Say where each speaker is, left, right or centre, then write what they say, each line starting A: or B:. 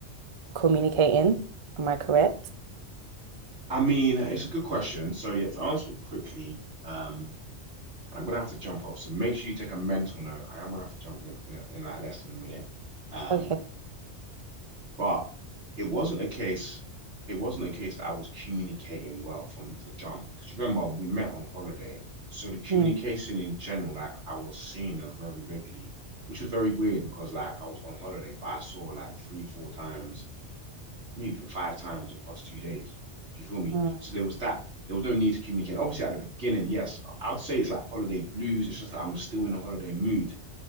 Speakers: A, on the right (about 40°); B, on the right (about 70°).
A: communicating am I correct
B: I mean, it's a good question. So yeah, to answer it quickly, um, and I'm gonna have to jump off. So make sure you take a mental note. I am gonna have to jump in a, in, a, in like less than a minute. Um,
A: okay
B: but it wasn't a case. It wasn't a case that I was communicating well from the jump because remember we met on holiday, so the communication
A: Mm,
B: in general, like I was seeing her very regularly, which was very weird because like I was on holiday, but I saw like three, four times maybe even five times across two days. Do you feel me?
A: mm.
B: So there was that. There was no need to communicate. And obviously, at the beginning, yes, I'd say it's like holiday blues. It's just like I'm still in a holiday mood.